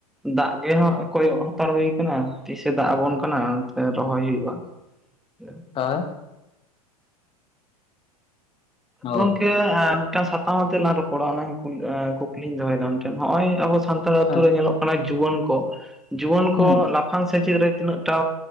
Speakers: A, in the centre; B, on the left.
A: ᱫᱟᱜ ᱜᱮᱦ ᱠᱚᱭᱚᱜ ᱦᱟᱛᱟᱲ ᱦᱩᱭᱩ ᱟᱠᱟᱱᱟ ᱛᱤᱥᱮ ᱫᱟᱜ ᱟᱵᱚᱱ ᱠᱟᱱᱟ ᱨᱚᱦᱚᱭ ᱦᱩᱭᱩᱜᱼᱟ᱾ ᱦᱮᱸ᱾
B: ᱦᱮᱸ᱾ ᱚ
A: ᱜᱚᱝᱠᱮ ᱟᱨᱼᱼ ᱢᱤᱫᱴᱟᱝ ᱥᱟᱛᱟᱝ ᱟᱛᱮ ᱞᱟᱝ ᱨᱚᱯᱚᱲᱟ ᱚᱱᱟ ᱠᱩᱠᱞᱤᱧ ᱫᱚᱦᱚᱭᱮᱫᱟ ᱟᱢᱴᱷᱮᱱ ᱱᱚᱜᱼᱚᱭ ᱟᱵᱚ ᱥᱛᱼᱼ ᱥᱟᱱᱛᱟᱲ ᱟ.
B: ᱦᱮᱸ
A: ᱛᱩ ᱨᱮ ᱧᱮᱞᱚᱜ ᱠᱟᱱᱟ ᱡᱩᱣᱟᱹᱱ ᱠᱚ, ᱡᱩᱣᱟᱹᱱ ᱠᱚ
B: ᱦᱩᱸ
A: ᱞᱟᱯᱷᱟᱝ ᱥᱮᱪᱮᱫ ᱨᱮ ᱛᱤᱱᱟᱹᱜ ᱴᱟᱼᱼ